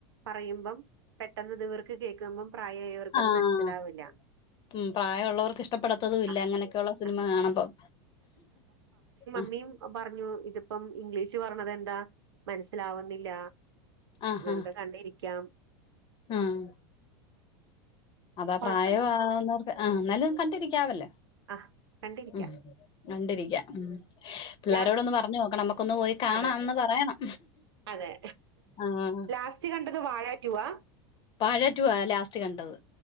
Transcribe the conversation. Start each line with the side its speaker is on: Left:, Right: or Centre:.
Right: പറയുമ്പം പെട്ടെന്ന് ഇത് ഇവർക്ക് കേൾക്കുമ്പം പ്രായായവർക്ക്
Left: ആഹ്
Right: അത് മനസ്സിലാവില്ല
Left: ഉം പ്രായോള്ളവർക്ക് ഇഷ്ടപ്പെടത്തതും ഇല്ല
Right: ആഹ്
Left: അങ്ങനെയൊക്കെയുള്ള സിനിമ
Right: ആഹ്
Left: കാണുമ്പം ആഹ്
Right: മിം പറഞ്ഞു ഇത് ഇപ്പം ഇംഗ്ലീഷ് പറഞ്ഞത് എന്താ മനസ്സിലാവുന്നില്ല
Left: ആഹ്
Right: വെറുതെ
Left: ഹാ
Right: കണ്ടിരിക്കാം
Left: ആഹ് അതാ
Right: കൊഴപ്പല്ല
Left: പ്രായമാവുന്നവർക്ക് ആ എന്നാലും കണ്ടിരിക്കാവല്ലേ
Right: ആഹ് കണ്ടിരിക്കാം
Left: ഉം കണ്ടിരിക്കാം പിള്ളോരോടൊന്ന്
Right: ലാസ്
Left: പറഞ്ഞു നോക്കണം നമുക്കൊന്ന് പോയി കാണാംന്ന്
Right: അതെ
Left: പറയണം
Right: അതെ
Left: ആഹ
Right: ലാസ്റ്റ് കണ്ടത് വാഴ റ്റു വാ
Left: വാഴ റ്റു വാ ലാസ്റ്റ് കണ്ടത്